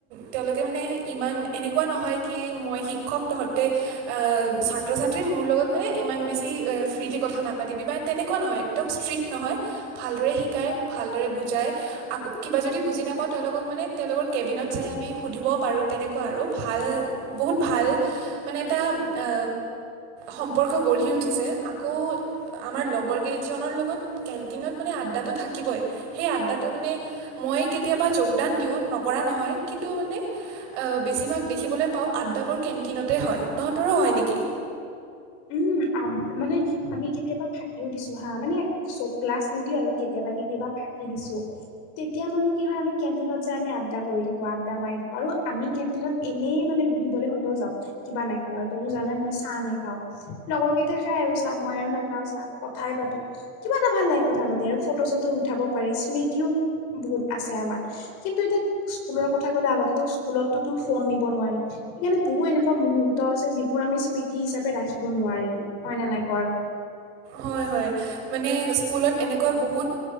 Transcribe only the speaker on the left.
উম, আ, মানে আমি কেতিয়াবা ফাকিও দিছোঁ হা, মানে চব ক্লাছ নিদি আৰু কেতিয়াবা, কেতিয়াবা ফাঁকি দিছোঁ। তেতিয়া মানে কি হয় আমি কেণ্টিনত যে আমি আড্ডা কৰি থাকোঁ, আড্ডা মাৰি থাকো আৰু আমি কেণ্টিনত এনেই মানে বহিবলৈ হ'লেও যাওঁ, কিবা নাখালা আৰু তইতো জানাই মই চাহ নেখাও। লগৰ কেইটাই খাই আৰু চা, মই আৰু নাখাওঁ চা কথাই পাতো। কিবা এটা ভাল লাগে কথা পাতি আৰু ফটো, চটো উঠাব পাৰি, স্মৃতিও বহুত আছে আমাৰ। কিন্তু এতিয়া স্কুলৰ কথা ক'লে আগতে স্কুলতো তোৰ ফোন নিব নোৱাৰি। সেইকাৰণে বহু এনেকুৱা মুহুৰ্ত আছে যিবোৰ আমি স্মৃতি হিচাপে ৰাখিব নোৱাৰিলো হয়, নে, নাই ক'?